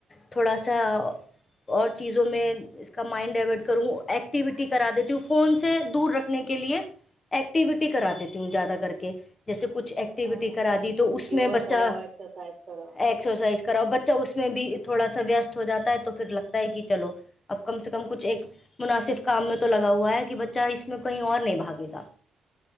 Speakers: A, on the left; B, on the right.
A: تھوڑا سا اور چیزوں میں اس کا مائنڈ ڈائورٹ کروں ایکٹیویٹی کرا دیتی ہوں فون سے دور رکھنے کے لیے ایکٹیویٹی کرا دیتی ہوں زیادہ کر کے جیسے <unintelligible> کچھ ایکٹیویٹی
B: ہاں
A: کرا دی تو اس
B: یوگا
A: میں بچہ
B: کراؤ ایکسرسائز کراؤ
A: ایکسرسائز کرؤ بچہ اس میں بھی تھوڑا سا ویستست ہو جاتا ہے تو پھر لگتا ہے کہ چلو اب کم سے کم کچھ ایک مناسب کام میں تو لگا ہوا ہے کہ بچہ اس میں کہیں اور نہیں بھاگے گا <unintelligible>